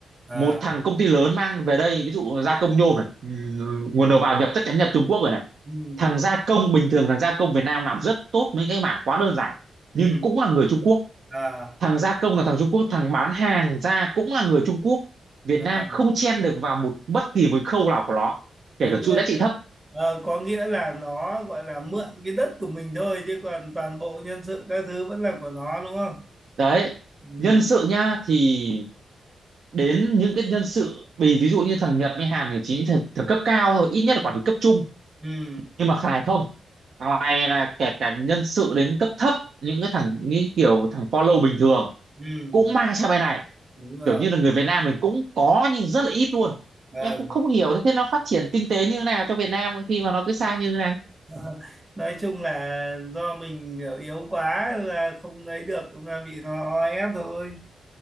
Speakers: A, on the right (about 20°); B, on the right (about 65°).
A: à,
B: một thằng công ty lớn mang về đây ví dụ gia công nhôm này ừm, nguồn đầu vào nhập chắc chắn nhập Trung Quốc rồi này
A: ừ,
B: thằng gia công bình thường thằng gia công Việt Nam làm rất tốt mấy cái mảng quá đơn giản
A: ừ,
B: nhưng cũng là người Trung Quốc
A: à.
B: thằng gia công là thằng Trung Quốc thằng bán hàng ra cũng là người Trung Quốc Việt Nam
A: à.
B: không chen được vào một bất kỳ một khâu nào của nó kể
A: có
B: cả chuỗi
A: nghĩa
B: giá trị thấp
A: ờ, có nghĩa là nó gọi là mượn cái đất của mình thôi chứ còn toàn bộ nhân sự các thứ vẫn là của nó đúng không
B: đấy
A: ừ
B: nhân sự nhá thì đến những cái nhân sự vì ví dụ như thằng Nhật với Hàn thì chỉ th- thằng cấp cao thôi ít nhất là quản lý cấp trung
A: ừ,
B: nhưng mà Khải không thằng này là kể cả nhân sự đến cấp thấp những cái thằng như kiểu thằng follow bình thường
A: ừ.
B: cũng mang sang bên này
A: đúng rồi
B: kiểu như là người Việt Nam mình cũng có nhưng rất là ít luôn
A: ờ.
B: em cũng không hiểu thế nó phát triển kinh tế như thế nào cho Việt Nam khi mà nó cứ sang như thế này
A: <laughs> nói chung là do mình kiểu yếu quá là không lấy được mà bị nó o ép thôi